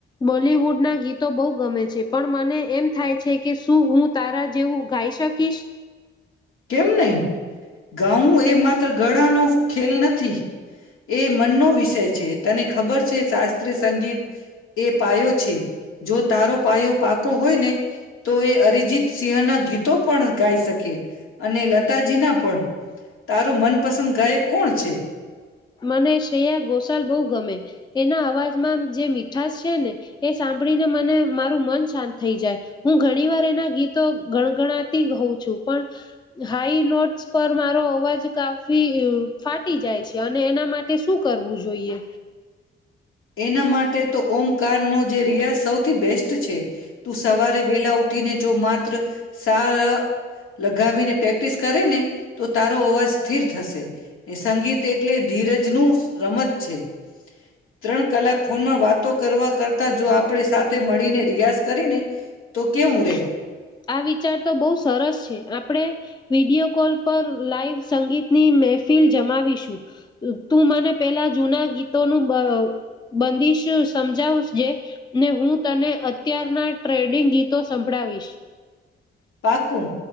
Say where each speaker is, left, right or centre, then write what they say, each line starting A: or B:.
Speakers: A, on the left; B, on the left.
A: બોલવુડના ગીતો બહુ ગમે છે પણ મને એમ થાય છે કે શું હું તારા જેવું ગાઈ શકીશ
B: કેમ નહીં ગાઉ એ માત્ર ગળાનો ખેલ નથી એ મનનો વિષય છે તને ખબર છે શાસ્ત્રીય સંગીત એ પાયો છે જો તારો પાયો પાકો હોય ને તો એ અરિજીત સિંહના ગીતો પણ ગાઈ શકે અને લતાજીના પણ તારો મનપસંદ ગાયક કોણ છે
A: મને શ્રેયા ગોશાલ બહુ ગમે એના અવાજમાં જે મીઠાશ છે ને એ સાંભળીને મને મારું મન શાંત થઈ જાય હું ઘણી વાર એના ગીતો ગણગણાતી હોઉં છું પણ હાઈ નોટસ પર મારો અવાજ કાફી ફાટી જાય છે અને એના માટે શું કરવું જોઈએ
B: એના માટે તો ઓમકારનો જે રિયાઝ સૌથી બેસ્ટ છે તું સવારે વહેલા ઉઠ ઉઠીને જો માત્ર સા ર લગાવીને પ્રેક્ટિસ કરે ને તો તારો અવાજ સ્થિર થશે એ સંગીત એટલે ધીરજ જ નુંજ રમત છે ત્રણ કલાક ફોનમાં વાતો કરવા કરતા જો આપણે સાથે મળીને રિયાઝ કરીને તો કેવું
A: <inaudible>
B: રે
A: આ વિચાર તો બહ સરસ છે આપણે વિડીયો કોલ પર લાઈવ સંગીતની મહેફિલ જમાવીશું તું મને પેલા જૂના ગીતોનું બ બ બંદીશ સમજાવ જેને હું તને અત્યારના ટ્રેડિંગ ગીતો સંભળાવીશ
B: પાકું